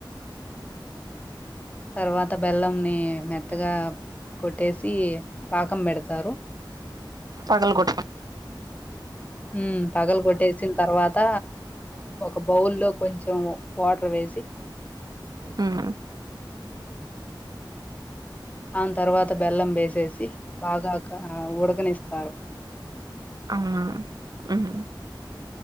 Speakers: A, on the left; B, on the right.
A: తర్వాత బెల్లంని మెత్తగా కొట్టేసి పాకం పెడతారు
B: పగలగొట్
A: మ్మ్ పగలు కొట్టేసిన తర్వాత ఒక బౌల్ లో కొంచెం వాటర్ వేసి
B: ఉమ్
A: ఆని తర్వాత బెల్లం వేసేసి బాగా ఉడకనిస్తారు
B: అవునా హ్మ్మ్